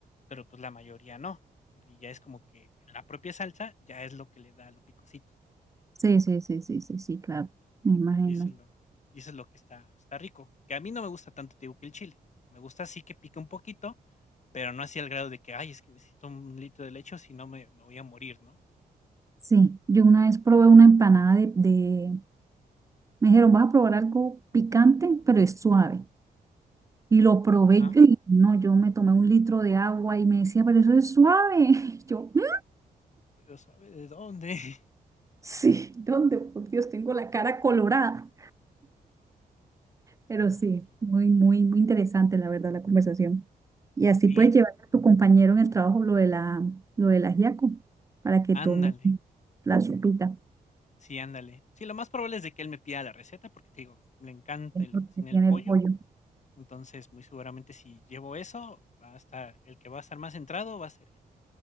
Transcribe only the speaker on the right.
sí, sí, sí, sí, sí, sí, claro, me imagino.
Sí, yo una vez probé una empanada de, de- me dijeron, vas a probar algo picante, pero es suave.
Y lo probé
y no, yo me tomé un litro de agua y me decía, pero eso es suave. <laughs> Yo, "Mm,
sí, ¿dónde? Por Dios, tengo la cara colorada. Pero
sí, muy, muy, muy interesante la verdad la conversación. Y así
puedes llevar a tu compañero en el trabajo lo de la, lo del ajiaco para que
tome la sopita
dentro
que tiene
el pollo.